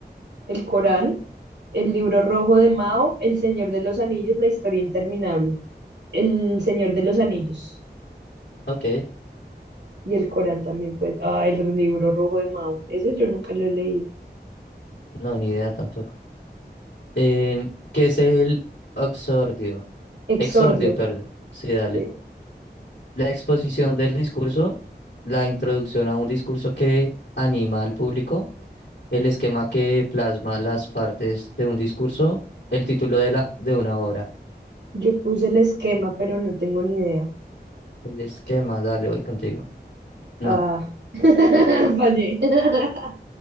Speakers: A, on the right; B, on the left.
A: El Corán, el libro rojo de Mao, El Señor de los Anillos, La Historia Interminable, El Señor de los Anillos
B: Ok,
A: y el Corán también, pues. Ah, el libro rojo de Mao. Ese yo nunca lo he leído.
B: no, ni idea tampoco. Em, ¿qué es el oxordio?
A: Exordio.
B: Exordio, perdón. Sí, dale.
A: sí.
B: La exposición del discurso, la introducción a un discurso que anima al público, el esquema que plasma las partes de un discurso, el título de la de una obra.
A: Yo puse el esquema, pero no tengo ni idea.
B: El esquema, dale, voy contigo. No,
A: Ah, <laughs> fallé. <laughs>